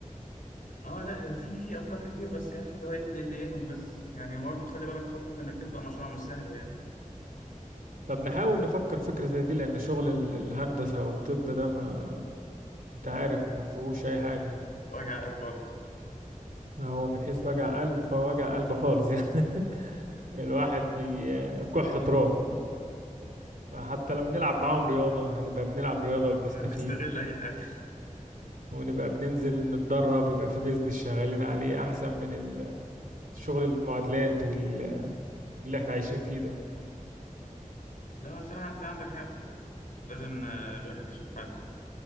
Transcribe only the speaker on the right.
طب نحاول نفكر فكرة زي دي لان شغل ال- الهندسة والطب ده ما انت عارف ما فيهوش اي حاجة
هو من حيث وجع قلب فوجع قلب خالص يعني <laughs> الواحد بيكح تراب فحتى لو نلعب معاهم رياضة هنبقى بنلعب رياضة وبنستفيد
ونبقى بننزل نتدرب ويبقى في بيزنس شغالين عليه أحسن من ال- شغل المعادلات واللي احنا عايشين فيه ده